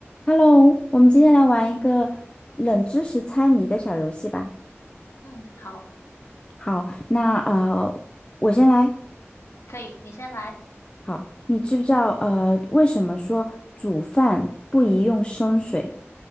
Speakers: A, on the left; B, on the left.
A: Hello，我们今天来玩一个冷知识猜谜的小游戏吧。
B: 嗯，好，
A: 好，那呃，我先来。
B: 可以，你先来。
A: 好，你知不知道呃，为什么说煮饭不宜用生水？